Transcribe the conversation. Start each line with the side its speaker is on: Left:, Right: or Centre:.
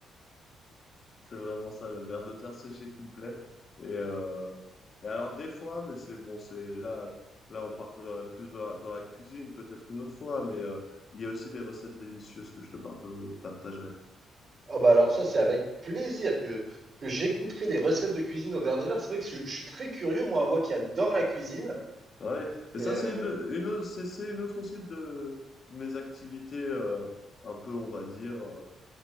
Left: C'est vraiment ça, le verre de terre séché qui me plaît. Et, euh, et alors des fois, mais c'est bon, c'est là, là, on parlerait plus dans la, dans la cuisine, peut-être une autre fois. Mais euh, il y a aussi des recettes délicieuses que je te partagerai.
Right: Ah bah alors ça, c'est avec plaisir que, que j'écouterai des recettes de cuisine au ver de terre. C'est vrai que je, je suis très curieux, moi, moi qui adore la cuisine.
Left: Ah Ouais, mais
Right: Et,
Left: ça,
Right: euh,
Left: c'est une, une autre, c'est c'est une autre aussi de mes activités, euh, un peu, on va dire, euh,